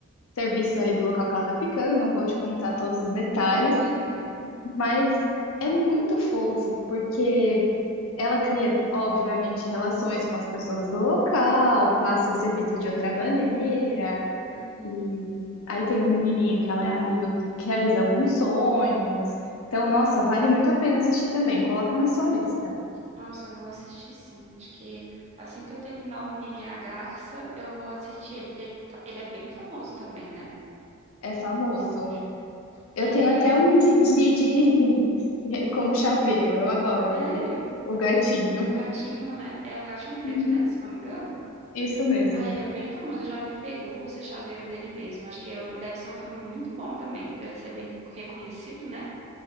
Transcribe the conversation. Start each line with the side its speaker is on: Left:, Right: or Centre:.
Left: serviços ali do local que ela tá ficando, não vou te contar todos os detalhes,
Right: Uhum.
Left: mas é muito fofo porque ela cria, obviamente, relações com as pessoas do local, passa a ser vista de outra maneira.
Right: Uhum.
Left: E aí tem um menininho que ela é amiga que que realiza alguns sonhos. Então, nossa, vale muito a pena assistir também. Coloca na sua lista.
Right: Nossa, eu vou assistir sim. Acho que assim que eu terminar O Menino e a Garça, eu vou assistir ele, porque ele tá- ele é bem famoso também, né?
Left: É famoso.
Right: Estúdio.
Left: Eu
Right: É,
Left: tenho até um Didi de... <laughs> como chaveiro. Eu adoro
Right: sério.
Left: ele. O gatinho.
Right: O gatinho, né? É um gatinho preto,
Left: Uhum,
Right: né? Se não me engano.
Left: Isso mesmo.
Right: Ah, ele é bem famoso. Eu já vi pelúcia, chaveiro dele mesmo. Acho que eu- deve ser um filme muito bom também, pra ele ser bem reconhecido, né?